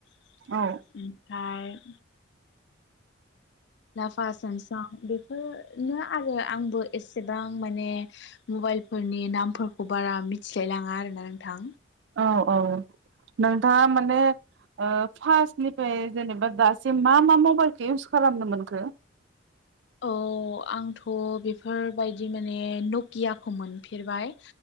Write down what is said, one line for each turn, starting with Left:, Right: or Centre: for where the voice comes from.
Left: <inaudible>
Right: औ
Left: ओमफ्राय <inaudible> लाभा सेमसां बेफोर बेफोरनो आरो आंबो एसेबां माने मबाइलफोरनि नामफोरखौ बारा मिथिलायलाङा आरोना नोंथां
Right: औ औ नोंथाङा माने ओ फार्स्टनिफ्राय जेनेबा दासिम मा मा मबाइलखौ इउस खालामनो मोनखो
Left: औ आंथ' बेफोरबायदि माने नकियाखौ मोनफेरबाय